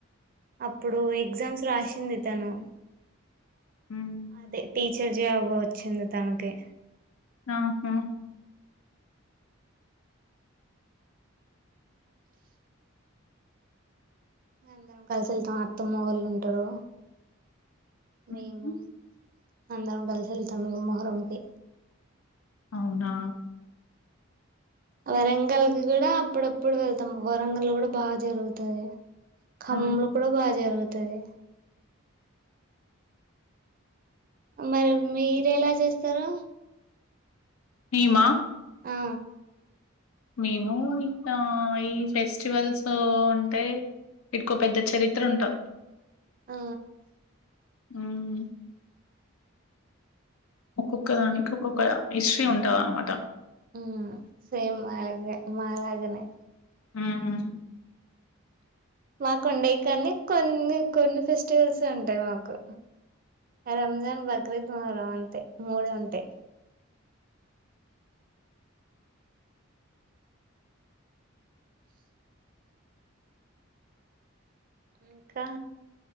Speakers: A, on the right; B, on the left.
A: అప్పుడు ఎగ్జామ్స్ రాసింది. తను
B: హ్మ్.
A: అదే టీచర్ జాబ్ వచ్చింది. తనకి
B: ఆహా
A: అందరం కలిసి వెళ్తాం. అత్తమ్మ వోళ్ళు ఉంటరు
B: హుహు.
A: మేము అందరం కలిసి వెళ్తాము మేం మొహరం కి
B: అవునా
A: వరంగల్కి గూడా అప్పుడప్పుడు వెళ్తాం వరంగల్ గుడా బా జరుగుతది ఖమ్మంలో
B: ఆ!
A: కూడా బా జరుగుతది మరి మీరు ఎలా చేస్తరు
B: మేమ
A: ఆ
B: మేము ఇంక ఈ ఫెస్టివల్స్ ఉంటే ఇక్కువ పెద్ద చరిత్ర ఉంటది
A: ఆ
B: మ్మ్ ఒక్కొక్క దానికి ఒక్కొక్క హిస్ట్రీ ఉంటాది అన్నమాట
A: మ్మ్ సేమ్ మాగే మాలగనే
B: హ్మ్.
A: మాకు ఉండేవి కానీ కొన్ని కొన్ని ఫెస్టివల్స్ ఉంటాయి మాకు రంజాన్ బక్రీద్ వర అంతే మూడే ఉంటాయి ఇంకా